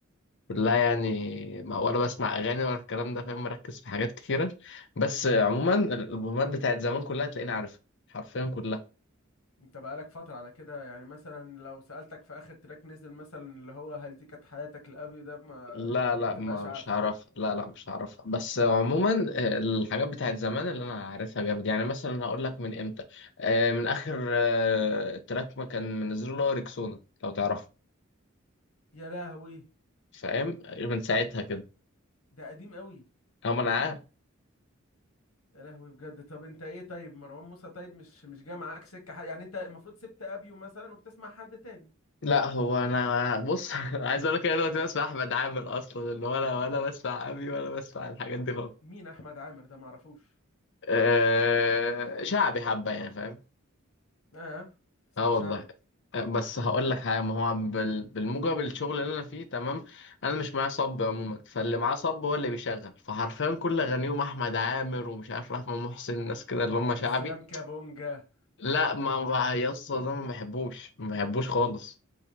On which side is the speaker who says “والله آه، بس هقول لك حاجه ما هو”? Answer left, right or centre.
Left